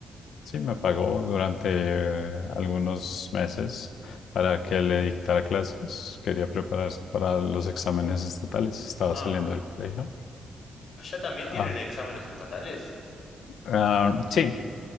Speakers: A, on the left; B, on the left.
A: sí me pagó durante eh, algunos meses para que le dictara clases. Quería prepararse para los exámenes estatales, estaba
B: Ah,
A: saliendo del colegio.
B: allá también tienen
A: Ah,
B: exámenes estatales.
A: ah, sí,